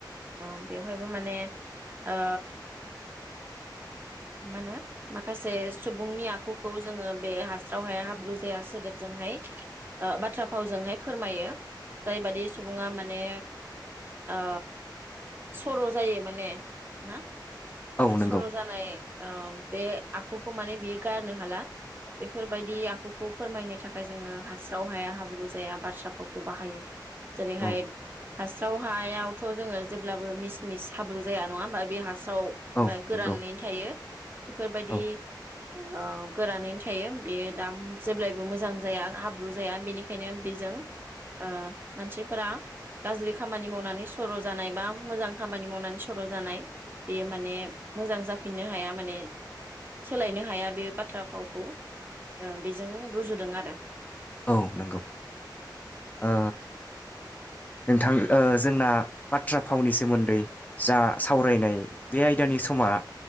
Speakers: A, on the right; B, on the left.
A: ओ बेवहायबो माने ओ मा होनो माखासे सुबुंनि आखुखौ जोङो बे हास्राव हाया हाब्रु जाया सोदोबजोंहाय ओ बाथ्रा फावजोंहाय फोरमायो जाइबादि सुबुङा माने ओ सर' जायो माने ना
B: औ नंगौ
A: सर' जानाय ओ बे आखुखौ माने बियो गारनो हाला बेफोरबायदि आखुखौ फोरमायनो थाखाय जोङो हास्राव हाया हाब्रु जाया बाथ्रा फावखौ बाहायो जेरै हाय
B: औ
A: हास्राव हायाव थ' जोङो जेब्लाबो मि मिस हाब्रु जाया नङा होनबा बे फासाव
B: औ
A: बा गोरानैनो
B: नंगौ
A: थायो बेफोरबायदि
B: औ
A: ओ गोरानैनो थायो बेयो दा जेब्लायबो मोजां जाया हाब्रु जाया बेनिखायनो बेजों ओ मानसिफोरा गाज्रि खामानि मावनानै सर' जानाय बा मोजां खामानि मावनानै सर' जानाय बेयो माने मोजां जाफिननो हाया। माने सोलायनो हाया बे बाथ्रा फावखौ ओ बेजों रुजुदों आरो
B: औ नंगौ ओ नोंथां जों ना बाथ्रा फावनि सोमोन्दै जा सावरायनाय बे आयदानि समा